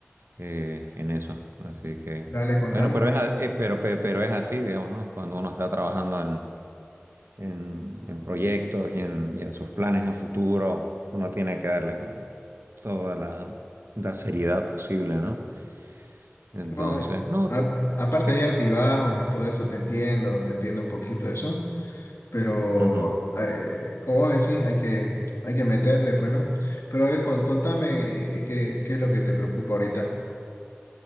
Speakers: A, on the right; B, on the left.
A: eh, en eso. Así que,
B: Dale, contame,
A: bueno, pero
B: a ver.
A: es, a- eh, pero, pe- pero es así, digamos, ¿no? Cuando uno está trabajando en, en proyectos y en, y en sus planes a futuro, uno tiene que darle con toda la, la seriedad posible, ¿no? Entonces,
B: No, eh,
A: no,
B: a-
A: te,
B: aparte
A: te-
B: hay altibajos y todo eso, te entiendo, te entiendo un poquito de eso, pero
A: ujú.
B: eh, como vos decís, hay que, hay que meterle, pues, ¿no? Pero a ver, con- contame eh, qué, qué es lo que te preocupa ahorita.